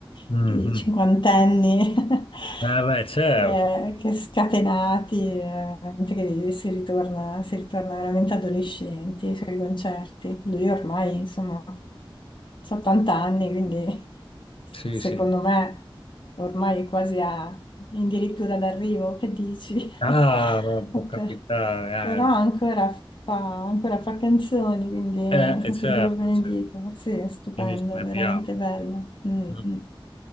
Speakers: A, on the left (about 80°); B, on the left (about 55°).
A: Mhm.
B: di cinquantenni <laughs>
A: Eh beh, certo,
B: che, che scatenati, eh, gente che si ritorna, si ritorna veramente adolescenti ai suoi concerti. Lui ormai, insomma, ha 80 anni, quindi
A: Sì,
B: secondo
A: sì.
B: me ormai è quasi a, addirittura d'arrivo, che dici? <laughs>
A: Ah, ma può
B: A
A: capitare.
B: te. Però ancora fa, ancora fa canzoni, quindi
A: Eh, Eh,
B: <laughs>
A: eh, certo,
B: che Dio lo benedica.
A: certo.
B: Sì, è stupendo,
A: Quindi ce ne
B: veramente
A: abbiamo.
B: bello. Mm,
A: Mm.
B: mm.